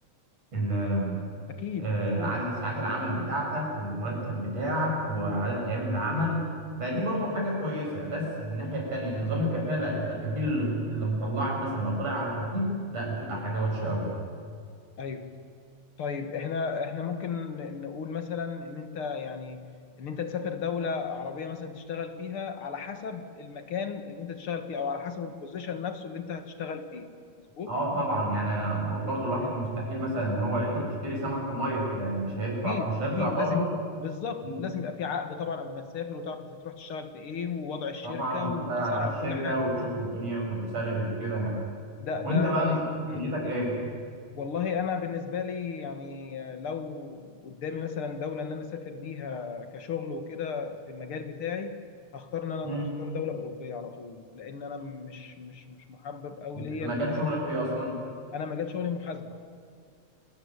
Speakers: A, on the right; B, on the left.
A: ال
B: اكيد
A: آه،
B: اكيد
A: عدد ساعات العمل بتاعتك والمرتب بتاعك وعدد ايام العمل فدي برضو حاجة كويسة بس من الناحية التانية نظام الكفالة انت الكفيل اللي اللي مطلعك مثلا لو طلع على كفيل لا بتبقى حاجة وحشة قوي
B: ايوه طيب احنا احنا ممكن نقول مثلا ان انت يعني ان انت تسافر دولة عربية مثلا تشتغل فيها على حسب المكان اللي انت تشتغل فيه او على حسب البوزيشن نفسه اللي انت هتشتغل فيه مظبوط
A: اه طبعا يعني أنا ب- برضو الواحد مستحيل مثلا ان هو يشتري سمك في ميه كده يعني مش هيدفع
B: اكيد
A: مش هيطلع
B: اكيد
A: برضو
B: لازم بالظبط
A: مم.
B: لازم يبقى في عقد طبعا قبل ما تسافر وتعرف انت هتروح تشتغل في ايه ووضع الشركه
A: طبعا وتسأل
B: وتسال
A: على
B: عن
A: الشركه
B: كل حاجه
A: وتشوف الدنيا والسالاريز وكده يعني
B: ده
A: وانت
B: ده
A: بقى دنيتك
B: مم.
A: ايه؟
B: والله انا بالنسبه لي يعني لو قدامي مثلا دوله ان انا اسافر ليها كشغل وكده في المجال بتاعي هختار ان انا
A: مم.
B: اختار دوله اوروبيه على طول لان انا مش مش مش محبب قوي
A: إنت-
B: ليا
A: مجال
B: ان انا
A: شغلك
B: اسافر
A: ايه اصلا؟
B: انا مجال شغلي محاسبه